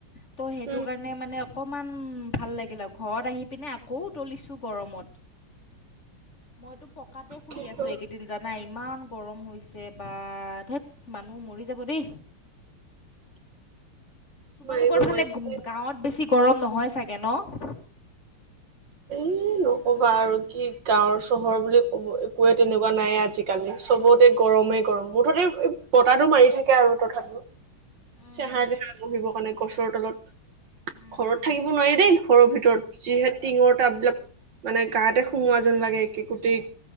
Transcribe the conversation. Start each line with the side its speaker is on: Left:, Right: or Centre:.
Left: ত' সেইটো
Right: উম
Left: কাৰণে মানে অকমান ভাল লাগিলে আৰু ঘৰত আহি পিনে আকৌ উতলিছো গৰমত মইতো পকাতে শুই
Right: কি
Left: আছো
Right: ক
Left: এই এইকেইদিন জানা ইমান গৰম হৈছে বা ধেইত মানুহ মৰি যাব দেই তোমালোকৰ
Right: মাৰিব
Left: ফালে
Right: মাৰিব
Left: গাঁৱত বেছি গৰম নহয় চাগে ন <unintelligible>
Right: এ নক'বা আৰু কি গাঁৱৰ চহৰ বুলি ক'ব একোৱে তেনেকুৱা নাইয়ে আজিকালি চবতে গৰমে গৰম মুঠতে বতাহটো মাৰি থাকে আৰু তথাপি
Left: <unintelligible> উম
Right: ছাহা নাই বহিব কাৰণে গছৰ তলত
Left: উম
Right: ঘৰত
Left: উম
Right: থাকিব নোৱাৰি দেই ঘৰৰ ভিতৰত যিহে টিঙৰ টাপ বিলাক মানে গাতে সোমোৱা যেন লাগে একে গোটেই